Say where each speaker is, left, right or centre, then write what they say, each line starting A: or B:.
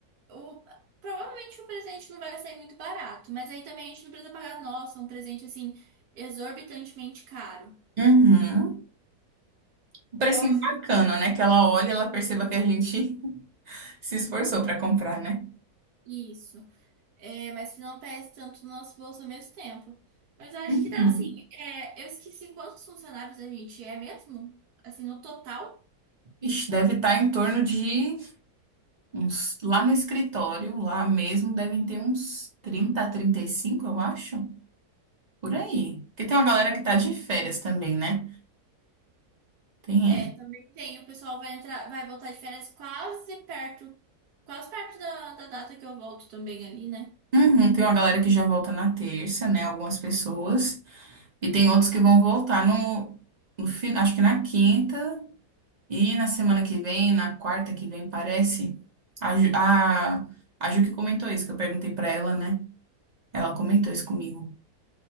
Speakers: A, on the right (about 75°); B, on the right (about 50°).
A: o, provavelmente o presente não vai sair muito barato, mas aí também a gente não precisa pagar, nossa, um presente assim, exorbitantemente caro.
B: Uhum. Um precinho
A: Eu acho
B: bacana,
A: que
B: né? Que ela olha e ela perceba que a gente <laughs> se esforçou para comprar, né?
A: isso. É, mas que não pese tanto no nosso bolso ao mesmo tempo. Mas eu acho
B: Uhum.
A: que dá assim. É, eu esqueci quantos funcionários a gente é mesmo? Assim, no total.
B: Ixi, deve estar em torno de uns. Lá no escritório, lá mesmo, devem ter uns 30 a 35, eu acho. Por aí. Porque tem uma galera que tá de férias também, né? Tem
A: É,
B: essa.
A: também tem. O pessoal vai entrar, vai voltar de férias quase perto, quase perto da, da data que eu volto também ali, né?
B: Uhum, tem uma galera que já volta na terça, né? Algumas pessoas. E tem outros que vão voltar no, no fim, acho que na quinta e na semana que vem, na quarta que vem, parece. A, Ju- a, a Ju que comentou isso, que eu perguntei pra ela, né? Ela comentou isso comigo.